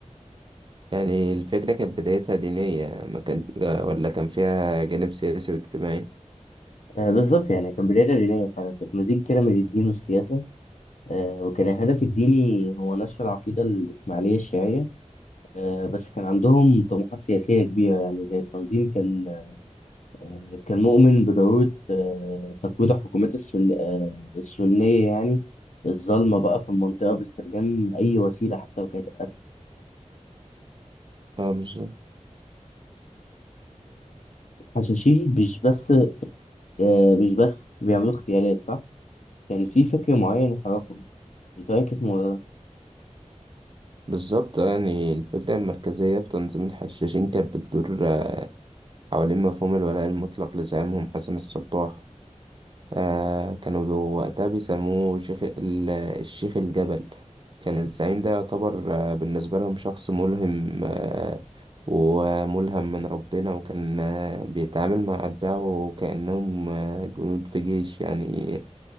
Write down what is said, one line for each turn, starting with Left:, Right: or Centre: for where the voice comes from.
Right: يعني الفكره كانت بدايتها دينيه ما كان آه، ولا كان فيها جانب سياسي واجتماعي
Left: آه، بالظبط يعني كان بداية دينية فعلا كانت مزيج كده من الدين والسياسة آه، وكان الهدف الديني هو نشر العقيدة الإسماعيلية الشيعية آه، بس كان عندهم طموحات سياسية كبيرة يعني زي التنظيم كان آه، كان مؤمن بضرورة آه، تقويض الحكومات السن- آه، السنية يعني الظالمة بقى في المنطقة باستخدام أي وسيلة حتى لو كانت قتل
Right: اه بالظبط
Left: فحشاشين مش بس آه، مش بس بيعملوا اغتيالات صح؟ كان في فكر معين حركهم أنت رأيك إيه في الموضوع ده؟
Right: بالظبط آه، يعني الفكره المركزيه في تنظيم الحشاشين كانت بتدور آه، حوالين مفهوم الولاء المطلق لزعيمهم حسن الصباح آه كانوا ذو- وقتها بيسموه شيخ ال- الشيخ الجبل كان الزعيم ده يعتبر آه بالنسبة لهم شخص ملهم آه وملهم من ربنا وكان آه بيتعامل مع أتباعه كأنهم آه جنود في جيش يعني